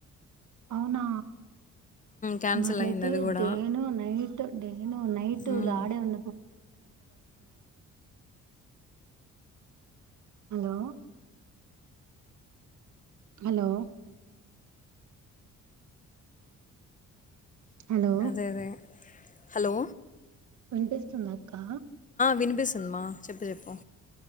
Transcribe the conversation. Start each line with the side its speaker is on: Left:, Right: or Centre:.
Right: అవునా
Left: క్యాన్సిల్
Right: ఇకట్లయితే
Left: అయింది అది కూడా
Right: డేను నైట్ డేను నైట్
Left: ఉమ్,
Right: లాడే ఉం హలో హలో హలో
Left: అదే అదే హలో
Right: వినిపిస్తుందాక్క
Left: వినిపిస్సుంది మా చెప్పు చెప్పు